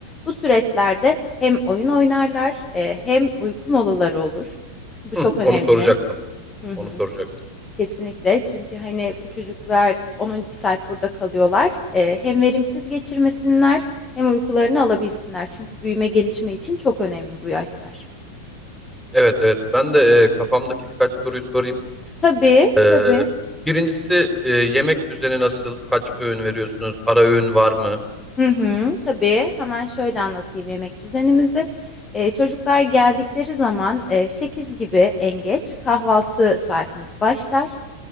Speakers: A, on the left (about 20°); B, in the centre.
A: Bu süreçlerde hem oyun oynarlar, eee, hem uyku molaları olur. Bu çok
B: Hı,
A: önemli.
B: onu soracaktım.
A: Hı hı.
B: Onu soracaktım.
A: Kesinlikle çünkü, hani, bu çocuklar 10-12 saat burada kalıyorlar. Eee, hem verimsiz geçirmesinler hem uykularını alabilsinler. Çünkü büyüme gelişme için çok önemli bu yaşlar.
B: Evet evet ben de e, kafamdaki birkaç soruyu sorayım.
A: Tabii,
B: E,
A: tabii.
B: birincisi e, yemek düzeni nasıl? Kaç öğün veriyorsunuz? Ara öğün var mı?
A: Hı hı, tabii. Hemen şöyle anlatayım yemek düzenimizi. Eee, çocuklar geldikleri zaman eee, 8 gibi en geç kahvaltı saatimiz başlar.